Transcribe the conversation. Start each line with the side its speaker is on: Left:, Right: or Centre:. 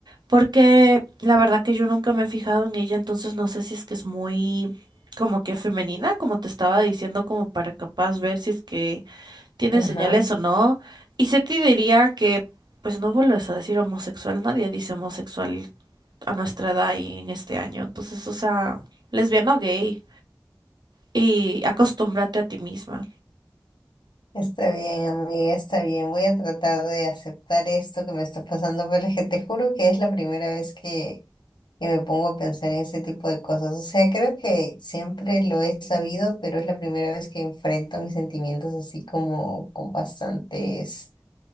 Right: Porque la verdad que yo nunca me he fijado en ella, entonces no sé si es que es muy como que femenina, como te estaba diciendo, como para capaz ver si es que tiene
Left: Ajá.
Right: señales o no. Y se te diría que, pues no vuelves a decir homosexual, nadie dice homosexual a nuestra edad y en este año. Entonces, o sea, lesbiana o gay. Y acostúmbrate a ti misma.
Left: Está bien, amiga, está bien. Voy a tratar de aceptar esto que me está pasando, pero es que te juro que es la primera vez que, que me pongo a pensar en ese tipo de cosas. O sea, creo que siempre lo he sabido, pero es la primera vez que enfrento mis sentimientos así como con bastantes,